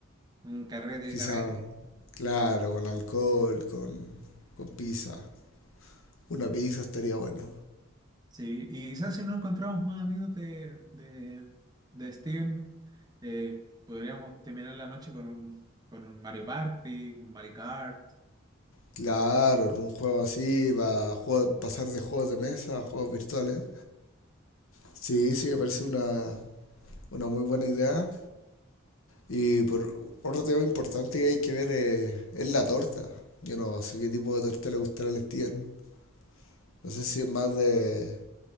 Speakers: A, on the right; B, on the left.
A: un carrete,
B: Quizá,
A: carrete.
B: claro, con alcohol, con, con pizza. Una pizza estaría bueno.
A: Sí, y quizás si no encontramos más amigos de, de, de Steven, eh, podríamos terminar la noche con un, con un Mario Party, un Mario Kart.
B: Claro, un juego así, para juego- pasar de juegos de mesa a juegos virtuales. Sí, sí, me parece una, una muy buena idea. Y por otro tema importante que hay que ver eh, es la torta. Yo no sé qué tipo de torta le gustará al Steven. No sé si es más de,